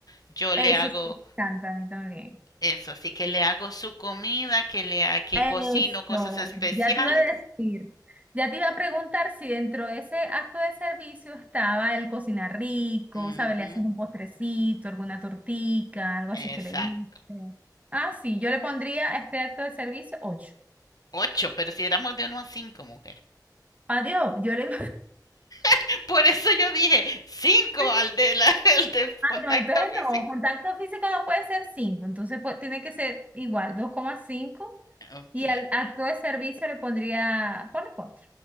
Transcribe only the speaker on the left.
Yo
le hago
eso, así que le hago su comida, que le ha- que
cocino cosas especiales.
Ujú,
exacto.
Ocho, pero si éramos de uno a cinco, mujer.
<laughs> Por eso yo dije cinco
al de la, <laughs> al de
contacto
físico.
Ok,